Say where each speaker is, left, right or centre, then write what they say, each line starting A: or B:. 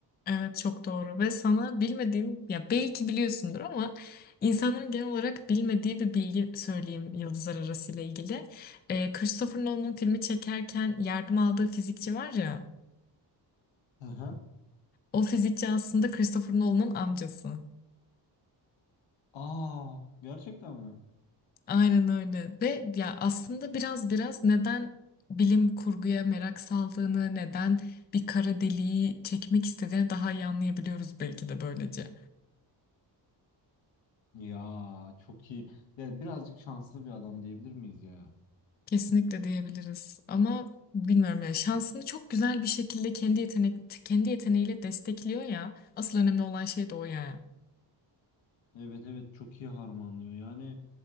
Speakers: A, on the left; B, on the left.
A: Evet çok doğru ve sana bilmediğim ya belki biliyorsundur ama insanların genel olarak bilmediği bir bilgi söyleyeyim yıldızlar arası ile ilgili. Ee, Christopher Nolan'ın filmi çekerken yardım aldığı fizikçi var ya
B: Aha.
A: o fizikçi aslında Christopher Nolan'ın amcası.
B: Aa, gerçekten mi?
A: Aynen öyle ve ya aslında biraz biraz neden bilim kurguya merak saldığını neden bir kara deliği çekmek istediğini daha iyi anlayabiliyoruz belki de böylece.
B: Ya çok iyi. Ya birazcık şanslı bir adam diyebilir miyiz ya?
A: Kesinlikle diyebiliriz ama bilmiyorum ya şansını çok güzel bir şekilde kendi yetenek kendi yeteneğiyle destekliyor ya asıl önemli olan şey de o ya.
B: Evet evet çok iyi harmanlıyor. Yani